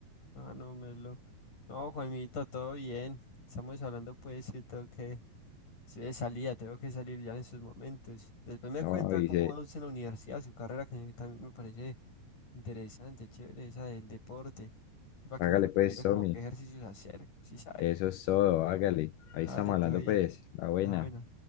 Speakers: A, on the left (about 55°); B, on the left (about 80°).
A: Ah, no, Melo. No, Juanmito, todo bien. Estamos hablando pues, sí, tengo que... Sí, de salida, tengo que salir ya en esos momentos. Después me
B: No,
A: cuenta
B: y
A: cómo
B: dice,
A: va usted en la universidad, su carrera, que también me parece interesante, chévere, esa del deporte. Para que
B: hágale
A: me recomiende
B: pues, Tommy,
A: como qué ejercicios hacer, sí sabe.
B: eso es todo, hágale, ahí
A: Dale,
B: estamos
A: todo
B: hablando
A: bien.
B: pues, la buena.
A: Está bueno.